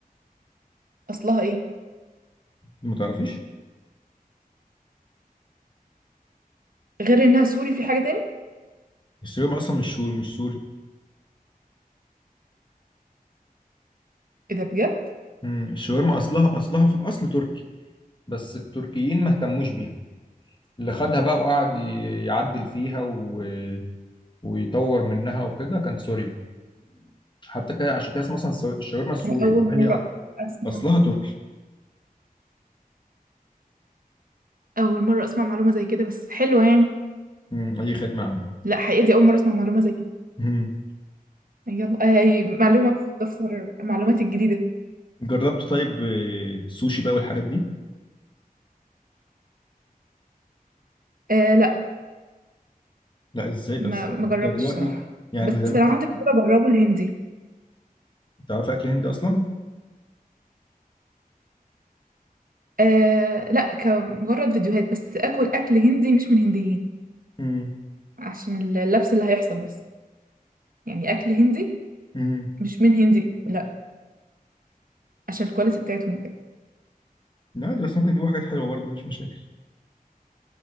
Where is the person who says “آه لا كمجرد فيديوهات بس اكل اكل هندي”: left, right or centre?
Right